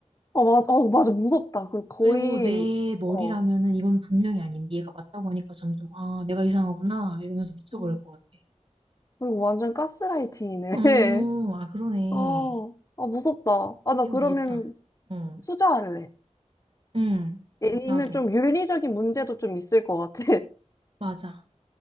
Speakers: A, on the left (about 25°); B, on the right (about 45°).
A: 어 맞아 어 맞아 무섭다. 그 거의
B: 그리고 내 머리라면은
A: 어
B: 이건 분명히 아닌 얘가 맞다고 하니까 점점 아 내가 이상하구나 이러면서 미쳐버릴
A: 어,
B: 것 같아
A: 그리고 완전 가스라이팅이네.
B: 어,
A: <laughs>
B: 아, 그러네.
A: 어, 아, 무섭다. 아, 나
B: 이거
A: 그러면
B: 무섭다. 어,
A: 후자할래.
B: 응,
A: 얘는
B: 나도.
A: 좀 윤리적인 문제도 좀 있을 것 같아. <laughs>
B: 맞아.